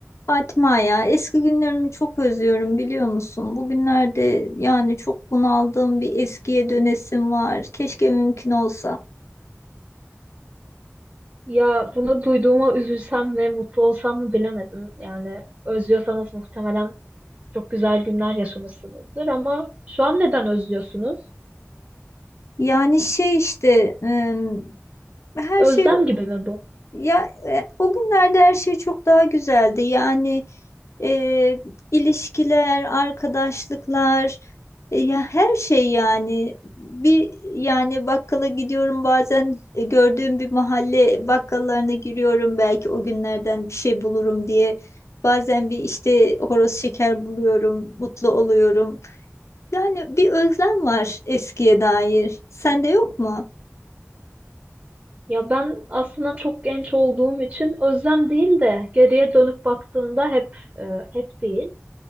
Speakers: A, on the left; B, on the right.
A: Fatma ya eski günlerimi çok özlüyorum biliyor musun? Bugünlerde yani çok bunaldığım bir eskiye dönesim var. Keşke mümkün olsa.
B: Ya bunu duyduğuma üzülsem ve mutlu olsam mı bilemedim. Yani özlüyorsanız muhtemelen çok güzel günler yaşamışsınızdır ama şu an neden özlüyorsunuz?
A: Yani şey işte e, her
B: Özlem
A: şey
B: gibi mi bu?
A: Ya e, o günlerde her şey çok daha güzeldi. Yani e, ilişkiler, arkadaşlıklar, e, ya her şey yani bir yani bakkala gidiyorum bazen e, gördüğüm bir mahalle bakkallarına giriyorum belki o günlerden bir şey bulurum diye. Bazen bir işte horoz şeker buluyorum, mutlu oluyorum. Yani bir özlem var eskiye dair. Sende yok mu?
B: Ya ben aslında çok genç olduğum için özlem değil de geriye dönüp baktığımda hep e, hep değil.